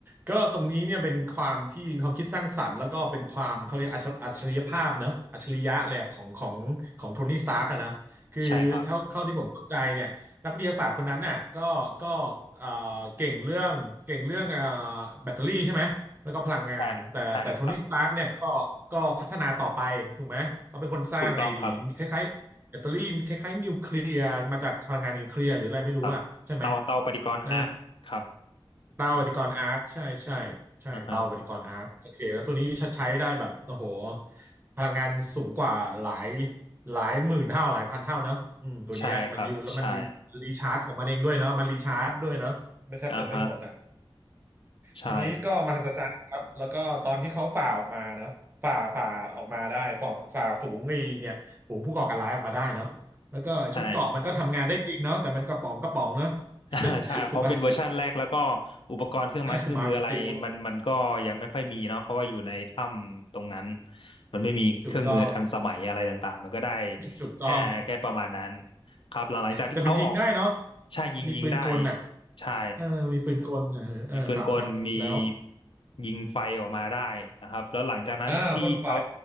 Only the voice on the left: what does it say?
ใช่ครับ
ใช่ใช่ครับถูกต้องครับ
ครับเตาเตาปฏิกรณ์อาร์คครับ
อ่าฮะ
ใช่ครับใช่ อ่าฮะใช่
ใช่ <laughs> อ่าใช่เพราะเป็นเวอร์ชันแรกแล้วก็
อุปกรณ์เครื่องไม้เครื่องมืออะไรมันมันก็ยังไม่ค่อยมีเนาะเพราะว่าอยู่ในถ้ำตรงนั้น
มันไม่มีเครื่องมือทันสมัยอะไรต่างๆมันก็ได้
แค่แค่ประมาณนั้นครับหลังหลังจากที่เขาออก
ใช่ยิงยิงได้
ใช่
มีปืนกลมียิงไฟออกมาได้นะครับแล้วหลังจากนั้นที่เขา